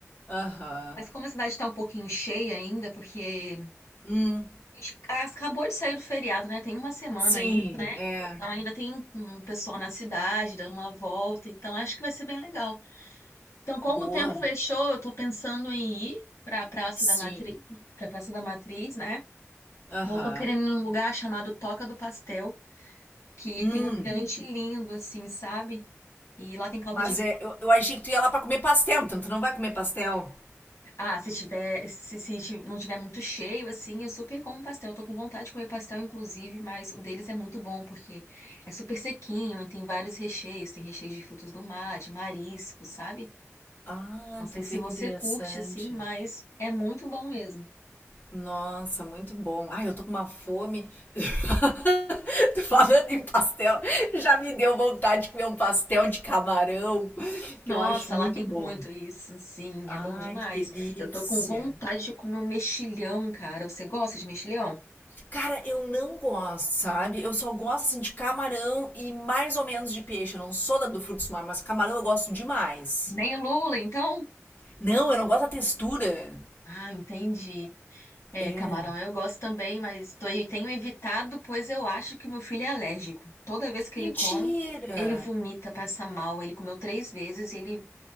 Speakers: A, on the left; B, on the left.
A: Aham.
B: Mas como a cidade está um pouquinho cheia ainda, porque
A: Hum.
B: a gente acabou de sair do feriado, né? Tem uma semana
A: Sim,
B: ainda.
A: é.
B: Então ainda tem um um pessoal na cidade dando uma volta. Então acho que vai ser bem legal. Então, como
A: Boa.
B: o tempo fechou, eu tô pensando em ir pra Praça
A: Sim.
B: da Matriz, pra Praça da Matriz, né?
A: Aham.
B: Ou tô querendo ir num lugar chamado Toca do Pastel, que
A: Hum.
B: tem um mirante lindo, assim, sabe? E lá tem caldo
A: Mas
B: de.
A: é, eu, eu achei que tu ia lá pra comer pastel, então tu não vai comer pastel?
B: Ah, se tiver, se, se ti- não tiver muito cheio, assim, eu super como pastel. Eu tô com vontade de comer pastel, inclusive, mas o deles é muito bom, porque é super sequinho e tem vários recheios. Tem recheios de frutos do mar, de marisco, sabe?
A: Ah,
B: Não sei
A: tu vê
B: se você
A: que interessante.
B: curte, assim, mas é muito bom mesmo.
A: Nossa, muito bom. Ai, eu tô com uma fome. <laughs> Tô Falando em pastel, já me deu vontade de comer um pastel de camarão,
B: Nossa,
A: que eu acho muito
B: lá tem
A: bom.
B: muito isso, sim,
A: Ai,
B: é bom demais.
A: que delícia.
B: Eu tô com vontade de comer um mexilhão, cara. Você gosta de mexilhão?
A: Cara, eu não gosto, sabe? Eu só gosto assim de camarão e mais ou menos de peixe. Eu não sou da do frutos do mar, mas camarão eu gosto demais.
B: Nem lula, então?
A: Não, eu não gosto da textura.
B: Ah, entendi. É,
A: É.
B: camarão eu gosto também, mas tô, eu tenho evitado, pois eu acho que meu filho é alérgico. Toda vez que
A: Mentira!
B: ele come, ele vomita, passa mal. Ele comeu três vezes e ele